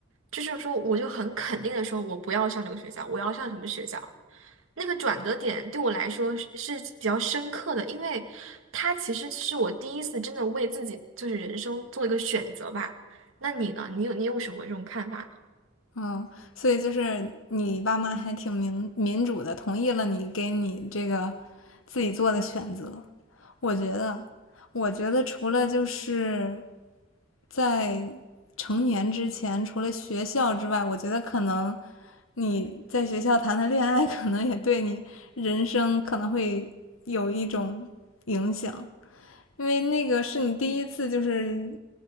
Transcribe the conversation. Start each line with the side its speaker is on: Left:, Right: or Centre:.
Right: 就是说我就很肯定的说，我不要上这个学校，我要上什么学校。那个转折点对我来说是是比较深刻的，因为它其实是我第一次真的为自己就是人生做一个选择吧。那你呢？你有你有什么这种看法呢？
Left: 哦，所以就是你爸妈还挺民民主的，同意了你给你这个自己做的选择。我觉得，我觉得除了就是在成年之前，除了学校之外，我觉得可能你在学校谈的恋爱，<laughs> 可能也对你人生可能会有一种影响，因为那个是你第一次就是